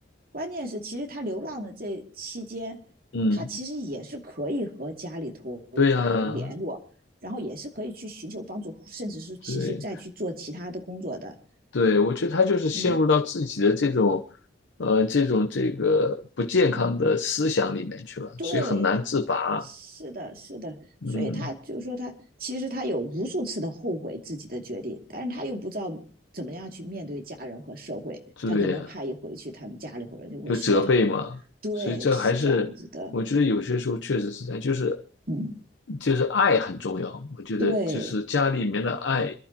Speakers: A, on the right; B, on the left.
A: 关键是，其实他流浪的这期间，
B: 嗯，
A: 他其实也是可以和家里头人联络，
B: 对呀，
A: 然后也是可以去寻求帮助，甚至是其实再去做其他的工作的。
B: 对。对，我觉得他就是陷入到自己的这种，
A: 嗯
B: 呃，这种这个不健康的思想里面去了，
A: 嗯，对，
B: 所以很难自拔。
A: 是的，是的。
B: 嗯，
A: 所以他就是说他，其实他有无数次的后悔自己的决定，但是他又不知道怎么样去面对家人和社会，
B: 对呀，
A: 他可能怕一回去，他们家里头人就会说他嘛。
B: 有责备嘛，
A: 对，
B: 所以这还是我觉得有些时候确实是这样，
A: 是这样子的。
B: 就是
A: 嗯，
B: 就是爱很重要。我觉得就是家里面的爱
A: 对。